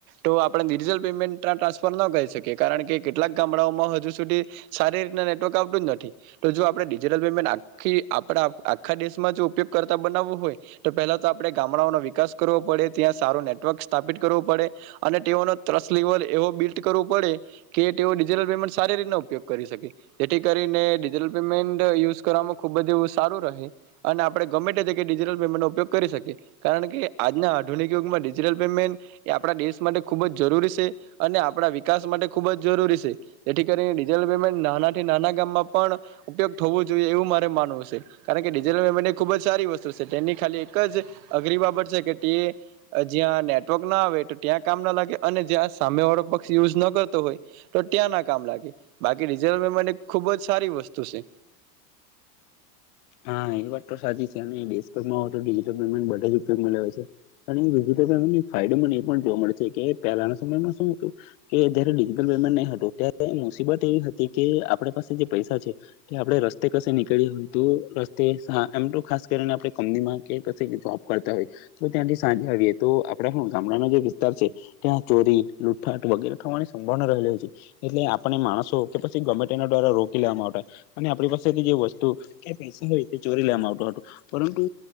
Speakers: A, on the right; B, on the left.
A: તો આપણે ડિજીિટલ પેમેન્ટ ટ્રાન્સફર ન કરી શકીએ કારણ કે કેટલાક ગામડાઓમાં હજુ સુધી સારી રીતના નેટવર્ક આવતું જ નથી તો જો આપણે ડિજિટલ પેમેન્ટ આખી આપ આખા દેશમાં જો ઉપયોગ. કરતા બનાવવું હોય તો પહેલા તો આપે ગામડાઓનો વિકાસ કરવો પડે ત્યાં સારો નેટવર્ક સ્થાપિત કરવો પડે અને તેઓનો ત્રસ લેવલ એવો બિલ્લ્ટ કરવો પડે કે તેઓ ડિજિટલ પેમેન્ટ સારી રીતના ઉપયોગ કરી શકે જેથી કરીને ડિજીિટલ પેમેન્ટ યુઝ કરવામાં ખુબ જ એવું સારું રહે અને. આપણે ગમે તે કે ડિજિટલ પેમેન્ટનો ઉપયોગ કરી શકી કારણ કે આજના આધુનિક યુગમાં ડિજિટલ પેમેન્ટ એ આપણા દેશ માટે ખૂબ જ જરૂરી છે અને આપણા વિકાસ માટે ખૂબ જ જરૂરી છે જેથી કરીને ડિજિટલ પેમેન્ટ નાનાથી નાના ગામમાં પણ ઉપયોગ થવો જોઈએ એવું મારે માનવું હશે કારણ કે ડિજિટલ પેમેન્ટ. ખુબ જ સારી વસ્તુ છે તેની ખાલી એક જ અઘરી બાબત છે કે તે જ્યાં નેટવર્ક ના આવે તો ત્યાં કામ ના લાગે અને જ્યાં સામે વાળો પક્ષ યુઝ ના કરતો હોય તો ત્યાં ના કામ લાગે બાકી ડિજિટલ પેમેન્ટ મે ખુબ જ સારી વસ્તુ છે.
B: હા એ વાત તો સાચી છે અને દમા હો તો ડીજીટલ પેમેન્ટ બધા જ ઉપયોગ મળ્યા હો છે અને ડિજટલ પેમેન્ટ ફાયદો મને એ પણ જોવા મળે છે કે પહેલાના સમયમાં શું હતું કે જયારે ડિજિટલ પેમેન્ટ નહી હતું ત્યારે મુસીબત એવી હતી કે આપણે પાસે જે પૈસા છે તે આપડણે રસ્તે કશે નીકળી હોય. એમ તો ખાસ કરીને આપણે કંપનીમાં કે જોબ કરતા હોય તો ત્યાંથી સાંજે આવીએ તો આપ ગામડાનો જે વિસ્તાર છે ત્યાં ચોરી લૂટાટ વગેરે થવાની સંભાવના રહેલી છે એટલે આપણે માણસો કે પછી ગમે એના દ્વારા રોકી લેવામાં આવતા અને આપણી પાસેથી જે વસ્તુ. ક પૈસા હોય તે ચોરી લેવામાં આવતો હતો પરંતુ